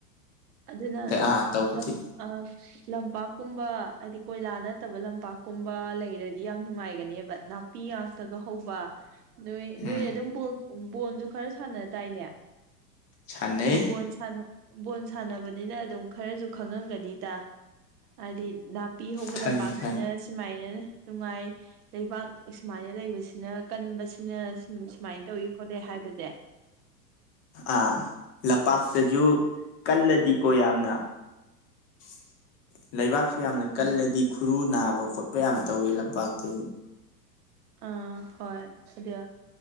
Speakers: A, on the right (about 65°); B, on the left (about 45°).
A: ꯑꯗꯨꯅ
B: ꯑꯥ ꯇꯧꯗꯦ
A: ꯂꯝ ꯑꯥ ꯂꯝꯄꯥꯛꯀꯨꯝꯕ ꯍꯥꯏꯗꯤ ꯀꯣꯏꯂꯥ ꯅꯠꯇꯕ ꯂꯝꯄꯥꯛꯀꯨꯝꯕ ꯂꯩꯔꯗꯤ ꯌꯥꯝ ꯅꯨꯡꯉꯥꯏꯒꯅꯦꯕ ꯄꯤꯌꯥꯛꯇꯒ ꯍꯧꯕ ꯅꯣꯏ ꯅꯣꯏꯅ
B: ꯎꯝ
A: ꯑꯗꯨꯝ ꯕ‌ꯣꯜ ꯕꯣꯜꯁꯨ ꯈꯔ ꯁꯥꯟꯅꯗꯥꯥꯏꯅꯦ
B: ꯁꯥꯟꯅꯩ
A: ꯑꯗ ꯕꯣꯜ ꯕꯣꯜ ꯁꯥꯟꯅꯕꯅꯤꯅ ꯑꯗꯨꯝ ꯈꯔꯁꯨ ꯈꯪꯉꯝꯒꯅꯤꯗ ꯍꯥꯏꯗꯤ ꯄꯤ ꯍꯧꯕ
B: ꯈꯪꯉꯤ
A: ꯂꯝꯄꯥꯛꯁꯤꯅ
B: ꯈꯪꯉꯤ
A: ꯁꯨꯃꯥꯏꯅ ꯅꯨꯡꯉꯥꯏ ꯂꯩꯕꯥꯛ ꯑꯁꯨꯃꯥꯏꯅ ꯂꯩꯕꯁꯤꯅ ꯀꯟꯕꯁꯤꯅ ꯎꯝ ꯁꯨꯃꯥꯏꯅ ꯇꯧꯋ‌ꯦ ꯈꯣꯠꯂ‌ꯦ ꯍꯥꯏꯕꯁꯦ
B: ꯑꯥ ꯂꯝꯄꯥꯛꯇꯁꯨ ꯀꯜꯂꯗꯤꯀꯣ ꯌꯥꯝꯅ <inaudible> ꯂꯩꯕꯥꯛꯁꯤ ꯌꯥꯝꯅ ꯀꯜꯂꯗꯤ
A: ꯑꯥ
B: ꯈꯨꯔꯨ ꯅꯥꯕ ꯈꯣꯠꯄ ꯌꯥꯝ ꯇꯧꯋꯦ ꯂꯝꯄꯥꯛꯇꯁꯨ
A: ꯑ ꯍꫭꯏ ꯑꯗꯨ